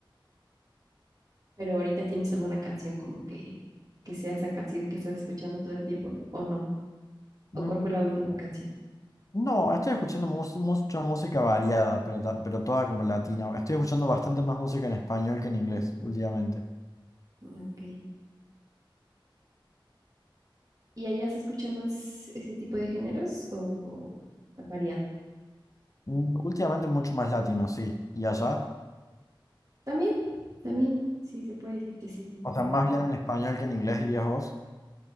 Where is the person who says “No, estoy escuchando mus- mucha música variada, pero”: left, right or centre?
Left